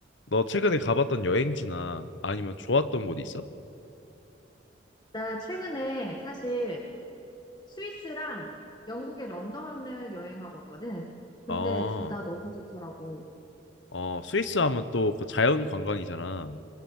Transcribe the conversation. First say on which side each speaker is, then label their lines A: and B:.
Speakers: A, on the left (about 80°); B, on the left (about 25°).
A: 너 최근에 가봤던 여행지나 아니면 좋았던 곳 있어?
B: 음. 나 최근에 사실 스위스랑 영국의 런던을 여행하고 왔거든. 근데
A: 아,
B: 둘 다 너무 좋더라고.
A: 어, 스위스 하면 또 그 자연 관광이잖아.